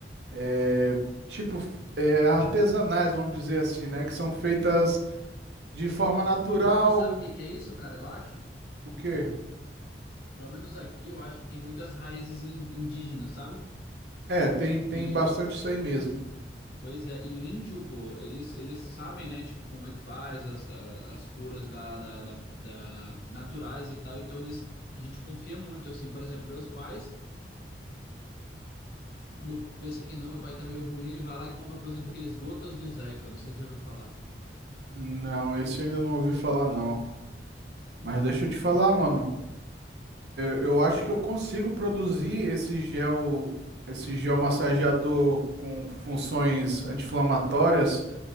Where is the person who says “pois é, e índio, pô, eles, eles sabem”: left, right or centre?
Left